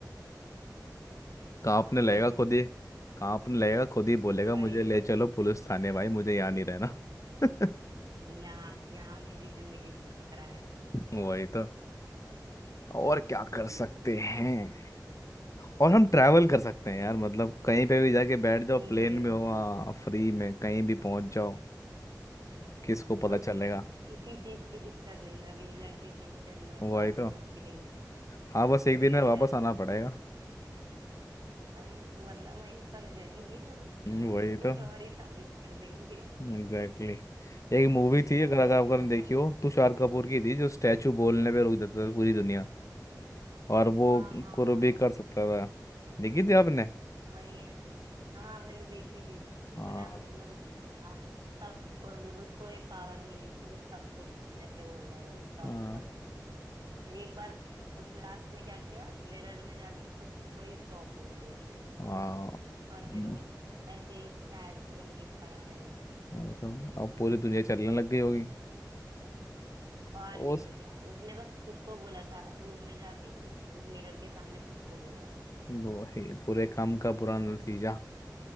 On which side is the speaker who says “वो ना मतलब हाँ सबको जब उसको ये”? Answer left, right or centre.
Right